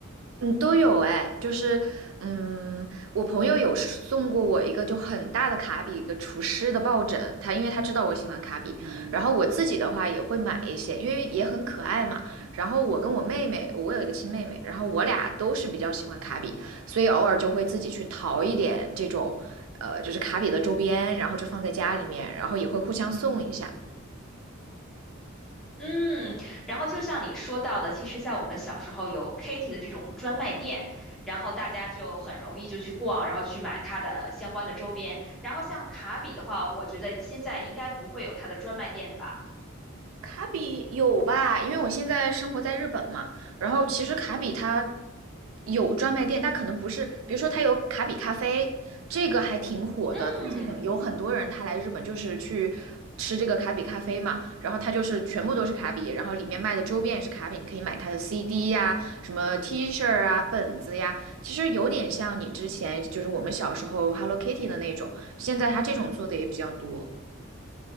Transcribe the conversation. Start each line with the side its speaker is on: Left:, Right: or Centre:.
Right: 嗯，都有哎，就是，嗯，我朋友有是送过我一个就很大的卡比，一个厨师的抱枕，他因为他知道我喜欢卡比，然后我自己的话也会买一些，因为也很可爱嘛。然后我跟我妹妹，我有一个亲妹妹，然后我俩都是比较喜欢卡比，所以偶尔就会自己去淘一点这种，呃，就是卡比的周边，然后就放在家里面，然后也会互相送一下。
Centre: 嗯，然后就像你说到的，其实，在我们小时候有 k i t t y 的这种专卖店，然后大家就很容易就去逛，然后去买它的相关的周边。然后像卡比的话，我觉得现在应该不会有它的专卖店吧？
Right: 卡比有吧？因为我现在生活在日本嘛，然后其实卡比它有专卖店，但可能不是，比如说它有卡比咖啡，这个还挺火的，
Centre: 嗯。
Right: 最近有很多人他来日本就是去吃这个卡比咖啡嘛，然后它就是全部都是卡比，然后里面卖的周边也是卡比，你可以买它的 CD 呀、什么 T 恤啊、本子呀，其实有点像你之前就是我们小时候 Hello Kitty 的那种，现在它这种做的也比较多。